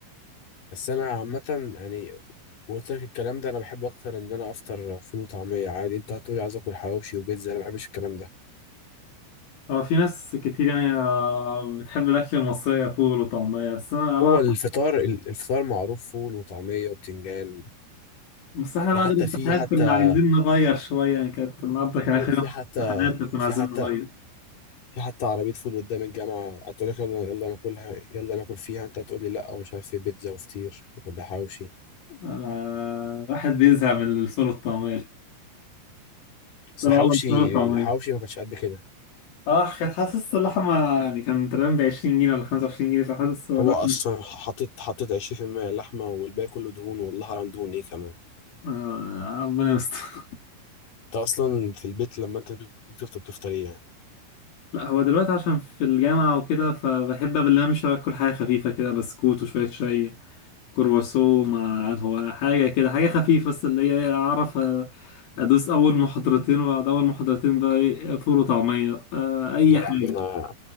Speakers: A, on the left; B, on the left.
A: بس انا عامه يعني وقلت لك الكلام ده انا بحب اكتر ان انا افطر فول وطعميه عادي انت هتقولي عايز اكل حواوشي وبيتزا انا ما بحبش الكلام ده
B: هو في ناس كتير يعني آه، بتحب الاكل المصري فول وطعمية بس انا بقى
A: هو الفطار ال- الفطار معروف فول وطعميه وبتنجان
B: بس احنا
A: ده
B: بعد
A: حتى
B: الامتحانات
A: في حتى
B: كنا عايزين نغير شوية يعني كانت النهاردة كان
A: في
B: آخر
A: في
B: يوم
A: حتى
B: امتحانات فكنا
A: في
B: عايزين
A: حتى
B: نغير
A: في حتى عربيه فول قدام الجامعه هتقول لك يلا يلا ناكلها يلا ناكل فيها انت هتقول لي لا ومش عارف ايه بيتزا وفطير ولا حواوشي
B: آه، الواحد بيزهق من الفول والطعمية
A: بس
B: اه
A: الحواوشي
B: الفول والطعمية
A: الحواوشي ما كانش قد كده
B: اه كانت حاسس اللحمة يعني كان تقريبا ب 20 جنيه ولا 25 جنيه فحاسس اللحمة
A: هو اصلا حطيت حطيت 20% لحمه والباقي كله دهون والله اعلم دهون ايه كمان
B: آه ربنا يستر <laughs>
A: انت اصلا في البيت لما انت بتفطر بتفطر ايه يعني
B: لا هو دلوقتي عشان في الجامعة وكده فبحب قبل ما امشي باكل حاجة خفيفة كده بسكوت وشوية شاي كرواسو مع هو حاجة كده حاجة خفيفة بس اللي هي أعرف أدوس أول محاضرتين وبعد أول محاضرتين بقى إيه، فول وطعمية آه أي
A: لا يا
B: حاجة
A: عم انا